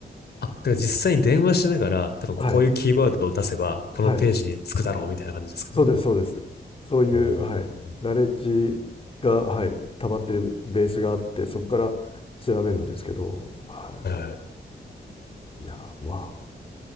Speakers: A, on the left; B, on the left.
A: あ、だから実際に電話しながら、多分こういうキーワードを出せば、
B: はい
A: このページにつくだろうみたいな感じですかね。
B: はいそうです、そうです。そういう、
A: おお。
B: はい、ナレッジが、はい、溜まってるベースがあって、そこから調べるんですけど、は
A: はいはい。
B: い、いや、まあ、